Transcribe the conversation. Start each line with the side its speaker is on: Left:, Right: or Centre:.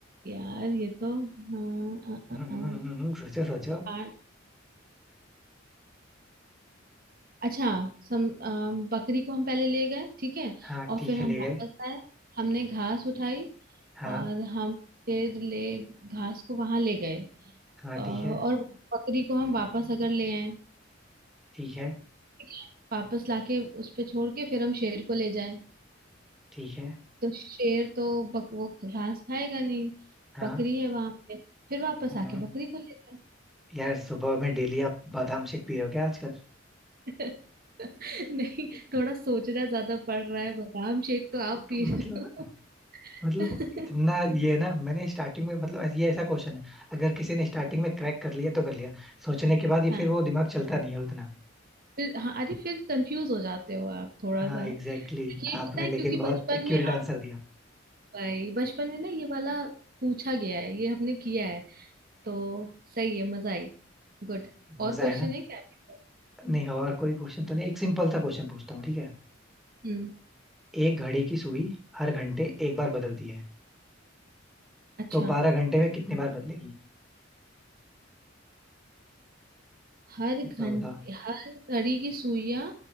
Right: यार ये तो हाँ आ,
Centre: हम्म,
Right: आ,
Centre: हम्म,
Right: आ,
Centre: हम्म, हम्म, हम्म, सोचो सोचो
Right: आ, अच्छा सम आ, बकरी को हम पहले ले गए ठीक है
Centre: हाँ
Right: और
Centre: ठीक
Right: फिर हम
Centre: है ले
Right: वापस
Centre: गए
Right: आए हमने घास उठाई
Centre: हाँ
Right: और हम फिर ले घास को वहां ले गए
Centre: हाँ
Right: अ, और
Centre: ठीक है
Right: बकरी को हम वापस अगर ले आए
Centre: ठीक है
Right: ठीक है? वापस लाके उस पे छोड़ के फिर हम शेर को ले जाएं
Centre: ठीक है
Right: तो शेर तो बक, वो घास खाएगा नहीं
Centre: हाँ
Right: बकरी है वहां पे फिर वापस
Centre: हम्म,
Right: आके
Centre: हम्म।
Right: बकरी को ले जाए
Centre: यार सुबह में डेली आप बादाम शेक पी रहे हो क्या आजकल
Right: <laughs> नहीं थोड़ा सोचना ज्यादा पड़ रहा है बादाम शेक तो
Centre: कुछ-
Right: आप पी
Centre: मतलब
Right: रहे हो
Centre: मतलब
Right: <laughs>
Centre: इतना ये है ना मैंने स्टार्टिंग में मतलब ये ऐसा क्वेश्चन है अगर किसी ने स्टार्टिंग में क्रैक कर लिया तो कर लिया सोचने के बाद ये
Right: हाँ
Centre: फिर वो दिमाग चलता नहीं है उतना
Right: फिर हाँ अरे फिर कंफ्यूज हो जाते हो आप थोड़ा
Centre: हाँ
Right: सा
Centre: एग्जैक्टली exactly.
Right: ये
Centre: आपने
Right: पता है
Centre: लेकिन
Right: क्योंकि
Centre: बहुत
Right: बचपन
Centre: एक्यूरेट
Right: में आप
Centre: आंसर दिया
Right: भाई बचपन में ना ये वाला पूछा गया है ये हमने किया है तो सही है मजा आई गुड और
Centre: मजा
Right: क्वेश्चन
Centre: है ना
Right: है क्या आपके पास?
Centre: नहीं और कोई क्वेश्चन तो नहीं एक सिंपल सा क्वेश्चन पूछता हूँ ठीक है
Right: हम्म
Centre: एक घड़ी की सुई हर घंटे एक बार बदलती है
Right: अच्छा
Centre: तो बारह घंटे में कितने बार बदलेगी
Right: हर घंटे
Centre: बताओ बताओ
Right: हर घड़ी की सुइयां